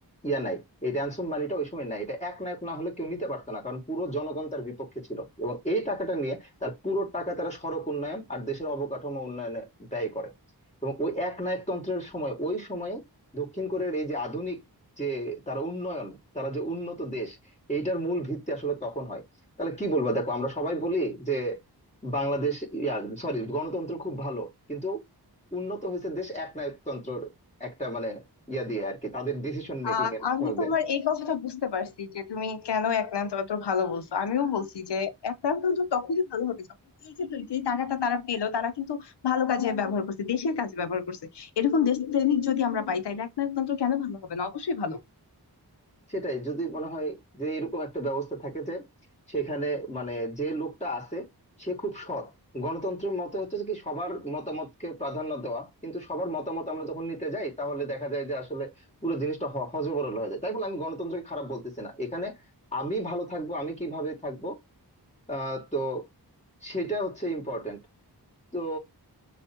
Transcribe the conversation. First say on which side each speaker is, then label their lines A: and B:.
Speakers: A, on the left; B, on the left.
A: ইয়া নাই এই র্যানসম মানিটা ওই সময় নাই এটা এক নায়ক না হলে কেউ নিতে পারতো না কারণ পুরো জনগণ তার বিপক্ষে ছিল এবং এই টাকাটা নিয়ে তার পুরো টাকা তারা সড়ক উন্নয়ন আর দেশের অবকাঠামো উন্নয়নে ব্যয় করে এবং ওই এক নায়কতন্ত্রের সময় ওই সময়ে দক্ষিণ কোরিয়ার এই যে আধুনিক যে তারা উন্নয়ন তারা যে উন্নত দেশ এইটার মূল ভিত্তি আসলে তখন হয় তাহলে কি বলবো দেখো আমরা সবাই বলি যে বাংলাদেশ ইয়া সরি গণতন্ত্র খুব ভালো কিন্তু উন্নত হয়েছে দেশ একনায়কতন্ত্রর একটা মানে ইয়া দিয়ে আর কি তাদের ডিসিশন মেকিং
B: আহ
A: এর
B: আমি
A: ফলে।
B: তোমার এই কথাটা বুঝতে পারছি যে তুমি কেন একনায়কতন্ত্র ভালো বলছো আমিও বলছি যে একনায়কতন্ত্র তখনই ভালো হবে যখন এই যে দুই- যেই টাকাটা তারা পেলো তারা কিন্তু ভালো কাজে ব্যবহার করছে দেশের কাজে ব্যবহার করছে এরকম দেশপ্রেমিক যদি আমরা পাই তাহলে একনায়কতন্ত্র কেন ভালো হবে না অবশ্যই ভালো
A: সেটাই যদি মনে হয় যে এরকম একটা ব্যবস্থা থাকে যে সেখানে মানে যে লোকটা আছে সে খুব সৎ গণতন্ত্রের মতে হচ্ছে কি সবার মতামতকে প্রাধান্য দেওয়া কিন্তু সবার মতামত আমরা যখন নিতে যাই তাহলে দেখা যায় যে আসলে পুরো জিনিসটা হ- হযবরল হয়ে যায় তাই বলে আমি গণতন্ত্রকে খারাপ বলতেছি না এখানে আমি ভালো থাকবো আমি কিভাবে থাকবো আহ তো সেটা হচ্ছে ইম্পর্টেন্ট তো